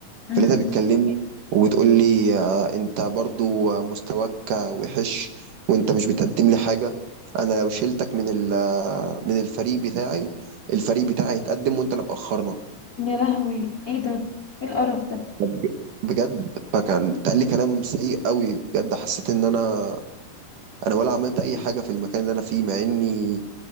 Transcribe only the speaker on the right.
فلقيتها بتكلمني وبتقول لي آه، انت برضو آه، مستواك آه، وحش وانت مش بتقدم لي حاجه انا لو شلتك من ال- آه، من الفريق بتاعي الفريق بتاعي هيتقدم وانت اللي مأخرنا
بجد بجد. فكان اتقال لي كلام سيء قوي بجد حسيت ان انا انا ولا عملت اي حاجه في المكان اللي انا فيه مع اني